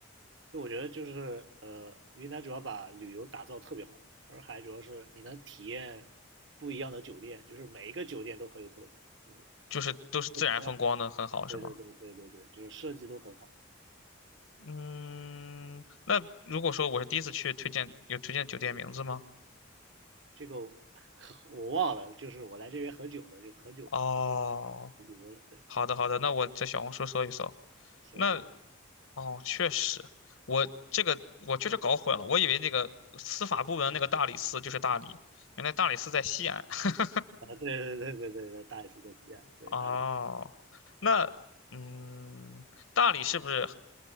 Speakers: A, on the right; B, on the left.
A: 就我觉得就是呃，云南主要把旅游打造特别好，洱海主要是你能体验不一样的酒店，就是每一个酒店都很有特色，就是
B: 就是都是自然风光的，
A: 不同样。
B: 很好是吗？
A: 对对对对对对，就是设计都很好。
B: 嗯，那如果说我是第一次去，推荐有推荐酒店名字吗？
A: 这个我 <laughs> 我忘了，就是我来这边很久了，就很久没
B: 哦，
A: 旅游了。对，
B: 好的好的，那我在小红书搜一搜。
A: 是的，
B: 那
A: 是的，
B: 哦，确实，我这个我确实搞混了，我以为那个司法部门那个大理寺就是大理，原来大理寺在西安。<laughs>
A: 啊，对对对对对对，大理寺在西安，对大理寺。
B: 哦，那嗯，大理是不是